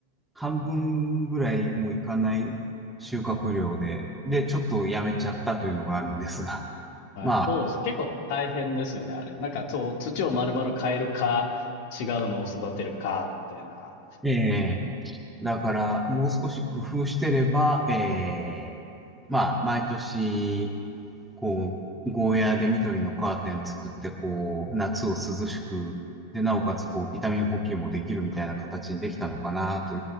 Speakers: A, in the centre; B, on the left (about 45°).
A: 半分ぐらいもいかない収穫量で、で、ちょっとやめちゃったというのがあるんですが、
B: はい。
A: まあ、
B: そうです。結構大変ですよね、あれ。なんか、そう、土を丸々変えるか、違うのを育てるか、みたいな。
A: ええだから、
B: そう
A: もう少し工夫してれば、えーまあ、毎年、こう、ゴーヤーで緑のカーテン作って、こう、夏を涼しく、で、なおかつ、こう、ビタミン補給もできるみたいな形にできたのかなと。